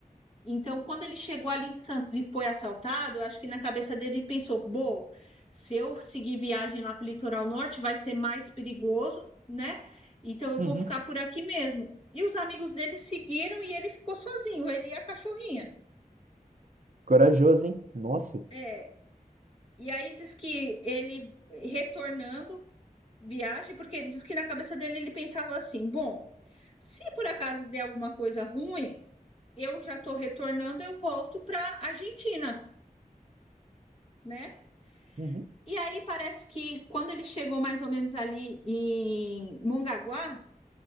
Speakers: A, on the left (about 40°); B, on the right (about 60°).
A: Então, quando ele chegou ali em Santos e foi assaltado, eu acho que na cabeça dele ele pensou: "Bom, se eu seguir viagem lá para o litoral norte, vai ser mais perigoso, né? Então eu
B: Uhum.
A: vou ficar por aqui mesmo". E os amigos dele seguiram e ele ficou sozinho, ele e a cachorrinha.
B: Corajoso, hein? Nossa.
A: É. E aí diz que ele retornando viagem, porque diz que na cabeça dele ele pensava assim: bom, se por acaso der alguma coisa ruim, eu já estou retornando, eu volto para Argentina, né?
B: Uhum.
A: E aí parece que quando ele chegou mais ou menos ali em Mongaguá,